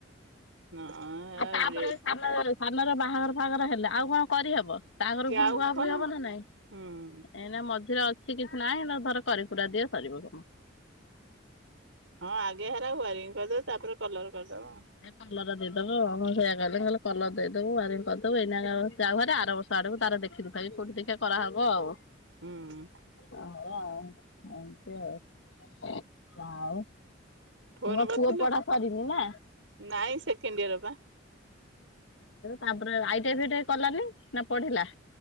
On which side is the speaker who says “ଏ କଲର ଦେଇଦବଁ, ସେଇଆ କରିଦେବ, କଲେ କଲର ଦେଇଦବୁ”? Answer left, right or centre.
Left